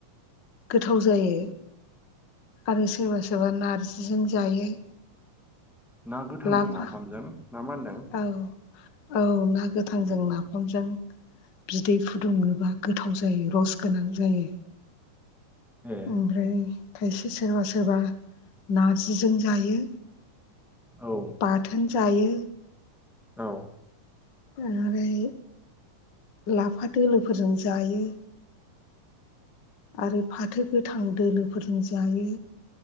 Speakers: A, on the left; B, in the centre.
A: गोथाव जायो आरो सोरबा सोरबा नारजिजों जायो
B: ना गोथांजों
A: लाफा
B: नाफामजों ना मा होनदों
A: औ औ ना गोथांजों नाफामजों बिदै फुदुङोबा गोथाव जायो रस गोनां जायो
B: ए
A: ओमफ्राय खायसे सोरबा सोरबा नारजिजों जायो
B: औ
A: बाथोन जायो
B: औ
A: ओै लाफा दोलोफोरजों जायो आरो फाथो गोथां दोलोफोरनो जायो